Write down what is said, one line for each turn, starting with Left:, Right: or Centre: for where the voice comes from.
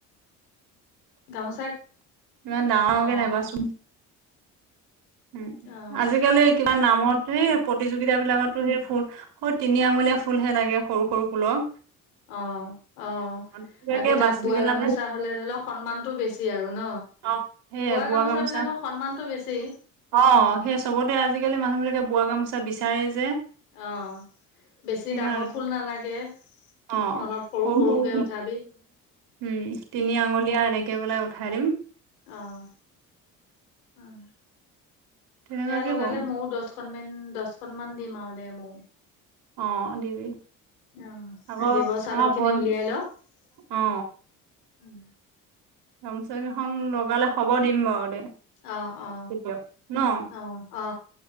Left: গামোচা
Right: ইমান ডাঙৰকে
Left: অ
Right: নাইবাচোন উ
Left: অ
Right: আজিকালি কিবা নামত সেই
Left: তাকে
Right: প্ৰতিযোগিতা বিলাকত টো সেই ফুল স তিনি আঙুলীয়া ফুলহে লাগে সৰু সৰু ফুলৰ
Left: অ অ
Right: তেনেকুৱাকে
Left: আকৌ তাত
Right: বাচি
Left: বোৱা
Right: পেলাই
Left: গামোচা
Right: মানে
Left: হলে ধৰি লওক সন্মানতটো বেছি আৰু ন
Right: অ সেইয়াই বোৱা
Left: গামোচাবিলাকৰ
Right: গামোচা
Left: সন্মানটো বেছি
Right: অ সেই চবতে আজিকালি মানুহ বিলাকে বোৱা গামোচা চা বিচাৰে যে
Left: অ বেছি
Right: সেইকাৰণ
Left: ডাঙৰ ফুল নালাগে
Right: অ
Left: অলপ
Right: সৰু
Left: সৰুকে
Right: সৰু
Left: উঠাবি
Right: উম তিনি আঙলীয়া এনেক একে বেললে উঠাই দিম
Left: আহ আহ
Right: তেনেকুৱাকে
Left: সেয়া লগালে
Right: বম
Left: ময়ো দহখনন ম দচখননমানান দিম আৰু দে ময়ৌ
Right: অ দিবি
Left: অ
Right: আকৌ
Left: আাগেিব চাদৰ
Right: আমাৰ
Left: খিনি
Right: ভন
Left: উলিয়াই ল উম
Right: অ গামচা কেইখন লগালে খবৰ দিম বাৰু দে
Left: অ অ
Right: তিয়া ন
Left: অ অ